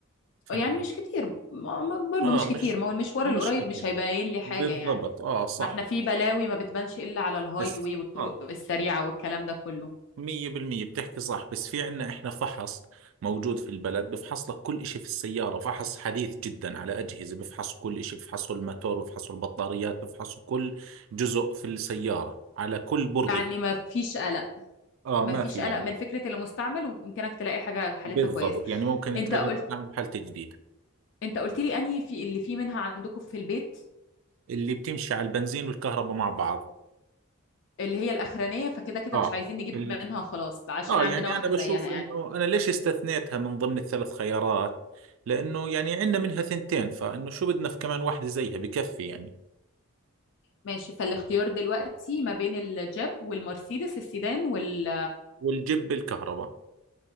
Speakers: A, on the right (about 70°); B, on the left (about 60°).
A: فهمت
B: يعني مش كتير ما- ما- برضو
A: اه
B: مش
A: مش
B: كتير ما هو المشوار
A: مش
B: القريب
A: كثير
B: مش هيبين لي حاجة
A: بالضبط
B: يعني
A: اه صح
B: ما احنا في بلاوي ما بتبانش إلا على الهاي
A: بس
B: واي والطرق
A: اه
B: السريعة والكلام ده كله
A: مية بالمية بتحكي صح بس في عنا إحنا فحص موجود في البلد بفحص لك كل إشي في السيارة فحص حديث جدا على أجهزة بفحصوا كل إشي بفحصوا الماتور بفحصوا البطاريات بفحصوا كل جزء في السيارة على كل برغي
B: يعني ما فيش قلق
A: آه
B: ما
A: ما
B: فيش
A: في
B: قلق
A: يعني
B: من فكرة المستعمل ويمكنك تلاقي حاجة حالتها
A: بالضبط
B: كويسة
A: يعني ممكن
B: انت
A: تلاقي
B: قلت
A: مصنع بحالة جديدة
B: انت قلت لي انهي في اللي فيه منها عندكم في البيت
A: اللي بتمشي على البنزين والكهرباء مع بعض
B: اللي هي الاخرانيه فكده كده
A: آه
B: مش عايزين نجيب
A: اللي
B: منها خلاص عشان
A: آه
B: عندنا
A: يعني
B: واحده
A: أنا بشوف
B: زيها يعني
A: إنه أنا ليش استثنيتها من ضمن الثلاث خيارات لأنه يعني عندنا منها ثنتين فإنه شو بدنا في كمان واحدة زيها بكفي يعني
B: ماشي فالاختيار دلوقتي ما بين الجيب والمرسيدس السيدان وال
A: والجيب بالكهرباء